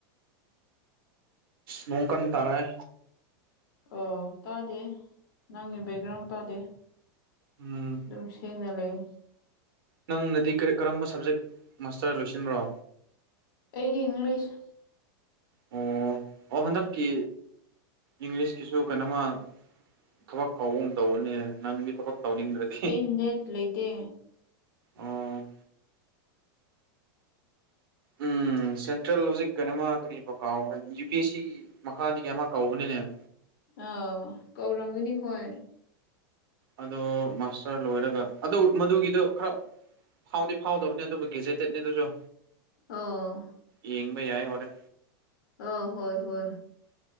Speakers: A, on the right (about 70°); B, on the left (about 65°).
A: ꯅꯣꯡ ꯀꯟ ꯇꯥꯔꯛꯑꯦ
B: ꯑꯣ ꯇꯥꯗꯦ ꯅꯪꯒꯤ ꯕꯦꯛꯒ꯭ꯔꯥꯎꯟ ꯇꯥꯗꯦ
A: ꯎꯝ
B: ꯑꯗꯨꯝ ꯁꯦꯡꯅ ꯂꯩ
A: ꯅꯪꯅꯗꯤ ꯀꯔꯤ ꯀꯔꯝꯕ ꯁꯕꯖꯦꯛ ꯃꯥꯁꯇꯔ ꯂꯣꯏꯁꯤꯟꯕ꯭ꯔꯣ
B: ꯑꯩꯗꯤ ꯏꯪꯂꯤꯁ
A: ꯑꯣ ꯑꯣ ꯍꯟꯗꯛꯀꯤ ꯏꯪꯂꯤꯁꯀꯤꯁꯨ ꯀꯩꯅꯣꯃꯥ ꯊꯕꯛ ꯀꯧꯕꯥꯒꯨꯝ ꯇꯧꯕꯅꯦ ꯅꯪꯗꯤ ꯊꯕꯛ ꯇꯧꯅꯤꯡꯗ꯭ꯔꯗꯔꯦ
B: ꯑꯩ ꯅꯦꯠ ꯂꯩꯇꯦ
A: ꯑꯣ ꯎꯝ ꯁꯦꯟꯇ꯭ꯔꯦꯜ ꯍꯧꯖꯤꯛ ꯀꯩꯅꯃ ꯀꯔꯤ ꯀꯥꯎꯈ꯭ꯔ ꯌꯨ ꯄꯤ ꯑꯦꯁ ꯁꯤ ꯃꯈꯥꯗꯒꯤ ꯑꯃ ꯀꯧꯕꯅꯦ
B: ꯑꯥ ꯀꯧꯔꯝꯒꯅꯤ ꯍꯣꯏ
A: ꯑꯗꯣ ꯃꯥꯁꯇꯔ ꯂꯣꯏꯔꯒ ꯑꯗꯨ ꯃꯗꯨꯒꯤꯗꯣ ꯈꯔꯥ ꯐꯥꯎꯗꯤ ꯐꯥꯎꯗꯕꯅꯦ ꯑꯗꯨꯕꯨ ꯒꯦꯖꯦꯇꯦꯠꯅꯦ ꯑꯗꯨꯁꯨ
B: ꯑꯣ
A: ꯌꯦꯡꯕꯥ ꯌꯥꯏ ꯍꯣꯏ
B: ꯑ ꯍꯣꯏ ꯍꯣꯏ